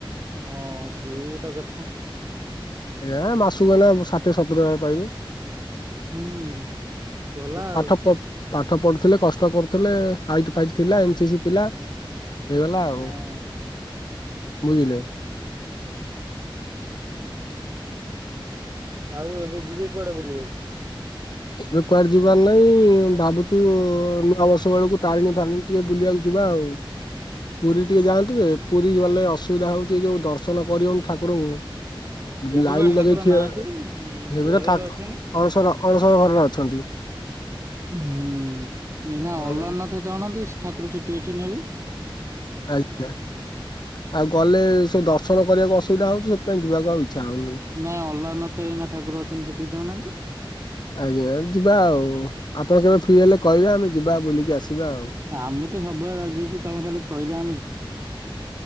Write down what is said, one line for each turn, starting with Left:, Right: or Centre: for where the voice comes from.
Right: ହଁ ସିଏ ବି ଗୋଟେ କଥା।
Left: ଆଜ୍ଞା ମାସକୁ ଏଇନା ଷାଠିଏ ସତୁରୀ ହଜାର ପାଇବେ।
Right: ହୁଁ ଭଲ ଆଉ
Left: ପାଠ ପ ପାଠ ପଢୁଥିଲେ କଷ୍ଟ କରୁଥିଲେ ହାଇଟ ଫାଇଟ ଥିଲା ଏନ୍ସିସି ପିଲା ହେଇଗଲା ଆଉ
Right: ହଁ।
Left: ବୁଝିଲେ।
Right: ଆଉ ଏବେ ଯିବେ କୁଆଡେ ବୁଲିବାକୁ?
Left: ଏବେ କୁଆଡେ ଯିବାର ନାଇଁ ଭାବୁଚୁ ନୂଆ ବର୍ଷ ବେଳକୁ ତାରଣୀ ଫାରିଣି ଟିକେ ବୁଲିବାକୁ ଯିବା ଆଉ ପୁରୀ ଟିକେ
Right: ହୁଁ
Left: ଯାଆନ୍ତୁ ଯେ ପୁରୀ ଗଲେ ଅସୁବିଧା ହେଉଚି ଏ ଯୋଉ ଦର୍ଶନ କରିହେଉନି ଠାକୁରୁଙ୍କୁ
Right: ଏବେ
Left: ଲାଇନି
Right: ବା ଠାକୁର
Left: ଲଗେଇ ଠିଆ
Right: ନାହାନ୍ତି
Left: ହେବେ
Right: ଜରରେ
Left: ତ
Right: ଅଛନ୍ତି।
Left: ଠା ଅଣସର ଅଣସର ଘରରେ ଅଛନ୍ତି।
Right: ହୁଁ ଏଇନା
Left: ଆଉ
Right: ଅଲ୍ଲାରନାଥ ଯାଉ ନାହାନ୍ତି ଠାକୁର ସେଟି ଅଛନ୍ତି ଏବେ।
Left: ଆଜ୍ଞା। ଆଉ ଗଲେ ସେ ଦର୍ଶନ କରିବାକୁ ଅସୁବିଧା ହୋଉଚି ସେଥିପାଇଁ ଯିବାକୁ ଆଉ ଇଚ୍ଛା ହୋଉନି।
Right: ନାଇଁ ଅଲ୍ଲାରନଥ ରୀନା ଠାକୁର ଅଛନ୍ତି ସେଠିକି ଚାହୁଁନାହାନ୍ତି।
Left: ଆଜ୍ଞା ଯିବା ଆଉ ଆପଣ କେବେ ଫ୍ରି ହେଲେ କହିବେ ଆମେ ଯିବା ବୁଲିକି ଆସିବା ଆଉ।
Right: ଆମେ ତ ସବୁବେଳେ ରାଜି ଅଛି ତମେ ଖାଲି କହିଲେ ଆମେ